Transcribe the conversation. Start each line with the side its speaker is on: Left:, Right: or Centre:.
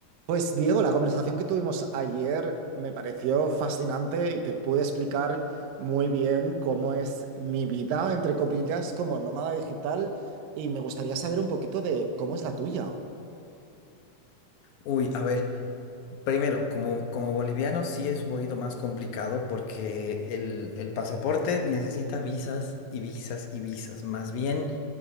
Right: Pues Diego, la conversación que tuvimos ayer me pareció fascinante y te pude explicar muy bien cómo es mi vida, entre comillas, como nómada digital y me gustaría saber un poquito de cómo es la tuya.
Left: Uy, a ver, primero, como, como boliviano sí es un poquito más complicado porque el, el pasaporte necesita visas y visas y visas. Más bien,